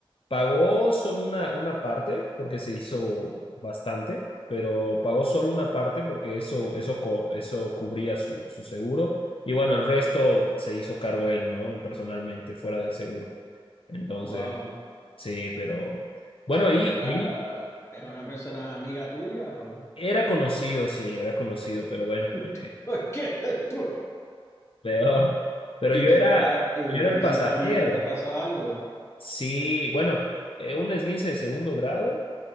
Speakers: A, on the left; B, on the left.
A: pagó solo una, una parte porque se hizo bastante, pero pagó solo una parte porque eso, eso, co- eso cubría su, su seguro. Y bueno, el resto se hizo cargo él, ¿no? Personalmente, fuera del seguro. Entonces,
B: Wow.
A: sí, pero bueno, ahí,
B: ¿Y era,
A: ahí
B: es una persona amiga tuya o
A: era conocido, sí, era conocido, pero bueno,
B: <laughs>
A: <laughs> eh,
B: por qué después?
A: peor. Pero
B: ¿Y
A: yo
B: qué
A: era,
B: te pa- y
A: yo era
B: físicamente
A: el pasajero.
B: te pasó algo?
A: Sí, bueno eh, un esguince de segundo grado